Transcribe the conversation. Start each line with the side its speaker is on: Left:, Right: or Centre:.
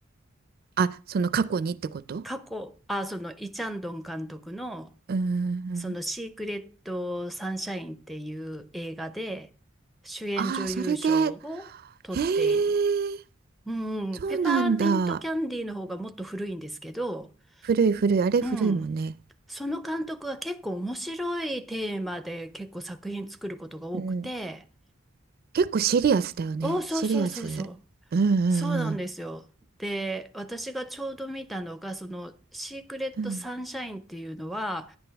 Right: あ、その過去にってこと
Centre: 過去、あ、そのイ・チャンドン監督の
Right: うんうんうん。
Centre: そのシークレット・サンシャインっていう映画で主演女優賞を取っている。
Right: あーそれで、へえ、
Centre: うん、
Right: そうなんだ。
Centre: ペパーミントキャンディーの方がもっと古いんですけど、
Right: 古い古い、あれ古いもんね。
Centre: うん。その監督は結構面白いテーマで結構作品作ることが多くて、
Right: うん結構シリアスだよね。
Centre: おそうそうそうそう。
Right: シリアス。うんう
Centre: そうなんですよ。
Right: ん
Centre: で、私がちょうど見たのが、その、シークレット・
Right: うん。
Centre: サンシャインっていうのは、